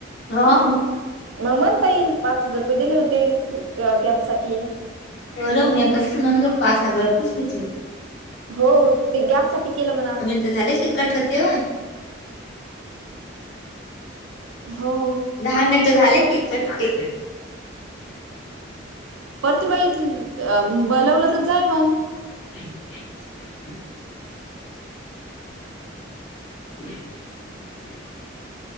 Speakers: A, on the left (about 65°); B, on the right (about 85°).
A: ह
B: मग म्हणता येईल पाच हजार रुपये दिले होते. गॅप साठी
A: बोलो मी मग तस म्हणलं पाच हजार तरच घेतले.
B: हो ते गॅपसाठी केलं म्हण.
A: झालं की कट होते ओ
B: हो
A: दहा मिनटं झाले की कट्टे
B: परतु बाई बलवलं तर जाय मग.
A: <unintelligible> <unintelligible>